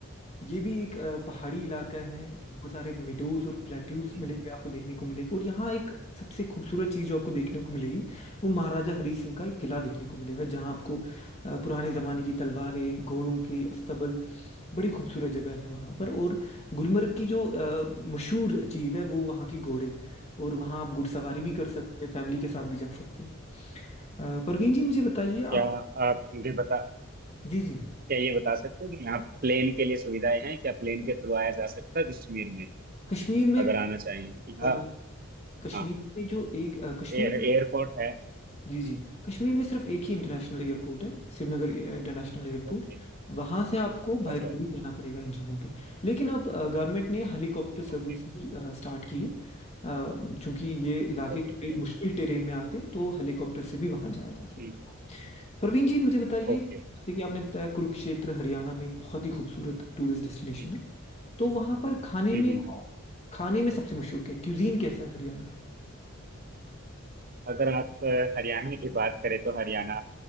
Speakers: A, on the left (about 30°); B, on the right (about 40°).
A: ये भी एक अ, पहाड़ी इलाका है
B: ओके
A: बहुत सारे मिडोज और प्लेट्यूज
B: हम्म।
A: मिलेंगे आपको देखने को मिलेगी और यहाँ एक सबसे खूबसूरत चीज़ जो आपको देखने को मिलेगी वो महाराजा हरी सिंह का एक किला देखने को मिलेगा जहाँ आपको अ, पुराने ज़माने की तलवारें घोड़ों के अस्तबल बड़ी खूबसूरत जगह है वहाँ पर और गुलमर्ग की जो अ, मशहूर चीज़ है वो वहाँ की घोड़े और वहाँ आप घुड़सवारी भी कर सकते हैं फैमिली के साथ भी जा सकते हैं अ, परवीन जी मुझे बताइए
B: क्या
A: आप
B: आप मुझे बता
A: जी जी
B: क्या ये बता सकते हैं कि यहाँ प्लेन के लिए सुविधाएं हैं क्या प्लेन के थ्रू आया जा सकता है कश्मीर में
A: कश्मीर में
B: अगर आना चाहिए कि
A: अ,
B: हाँ
A: कश्मीर
B: हाँ
A: में जो एक अ, कश्मीर
B: एयर एयरपोर्ट है
A: जी जी कश्मीर में सिर्फ एक ही इंटरनेशनल एयरपोर्ट है श्रीनगर इंटरनेशनल एयरपोर्ट
B: ओके
A: वहां से आपको बाय
B: अच्छा
A: रोड ही जाना पड़ेगा इन जगहों पे लेकिन अब गवर्नमेंट ने हेलीकॉप्टर सर्विस
B: Okay
A: भी स्टार्ट की है अ, चूंकि ये इलाके
B: okay
A: थोड़े
B: okay
A: मुश्किल टेरेन में आते हैं तो हेलीकॉप्टर से भी वहां जाया जा सकता
B: हम्म,
A: है प्रवीण जी मुझे बताइए
B: ओके
A: जैसे कि आपने बताया कुरुक्षेत्र हरियाणा में एक बहुत ही खूबसूरत टूरिस्ट डेस्टिनेशन
B: हम्म,
A: है तो वहां पर खाने
B: हम्म,
A: में
B: हम्म।
A: खाने में सबसे मशहूर क्या है क्यूजीन कैसा है हरियाणा
B: अगर आप अ, हरियाणा की बात करें तो हरियाणा